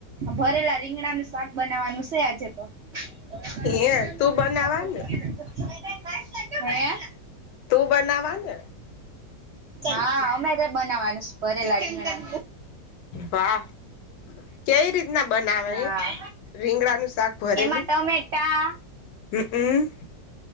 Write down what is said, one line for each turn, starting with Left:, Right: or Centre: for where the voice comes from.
Right: ભરેલા રીંગણાનું શાક બનાવાનું છે આજે તો. ભણ્યા?
Left: હે તું બનાવા ને તું બનાવા ને.
Right: હા, અમે તા બનાવાનુંસ ભરેલા રીંગણા.
Left: વાહ કેવી રીતના બનાવે?
Right: હા
Left: રીંગડા નું શાક ભરેલું.
Right: એમાં ટમેટા
Left: હમ્મ, અમ્મ.